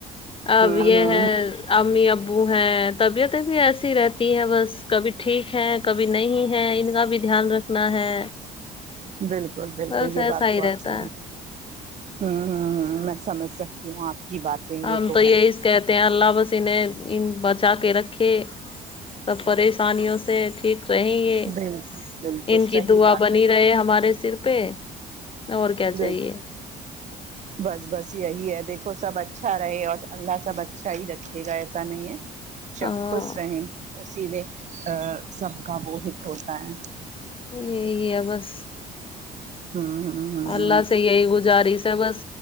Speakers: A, on the left (about 30°); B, on the right (about 45°).
A: اب
B: ہوں
A: یہ
B: ہوں
A: ہے امی ابو ہے طبیعتیں بھی ایسی ایسی رہتی ہے بس کبھی ٹھیک ہے کبھی نہیں ہے ان کا بھی دھیان رکھنا ہے
B: بالکل بالکل
A: بس ایسا
B: یہ بات
A: ہی
B: ہ
A: رہتا
B: ہ
A: ہے
B: ہ میں سمج سکتی ہوں آپ کی باتیں یہ
A: ہم تو یہی
B: ہے
A: کہتے ہیں اللہ بس انہیں ان بچا کے رکھے سب پریشانیوں سے ٹھیک رہ یہ
B: بالکل بالکل
A: ان
B: صحیح
A: کی دعا
B: بات
A: بنی
B: ہے
A: رہے ہمارے صرف پے اور کیا
B: بالکل
A: چاہیے
B: بس بس یہی ہے دیکھو سب اچھا رہے اور اللہ سب اچھا ہی رکھے گا ایسا نہیں ہے شب
A: ہاں
B: خوش رہیں اسی میں سب کا وہ ہت ہوتا ہے
A: یہی ہے بس
B: ہ ہ
A: اللہ سے یہی گزارس ہے بس